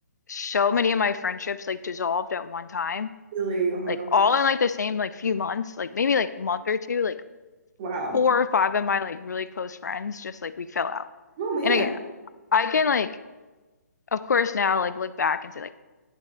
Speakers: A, on the left; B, on the right.
A: so many of my friendships like dissolved at one time,
B: really. Oh my
A: like
B: God.
A: all in like the same like few months, like maybe like month or two, like
B: Wow.
A: four or five of my like really close friends just like we fell out.
B: Oh man.
A: And again, I can like of course now like look back and say like,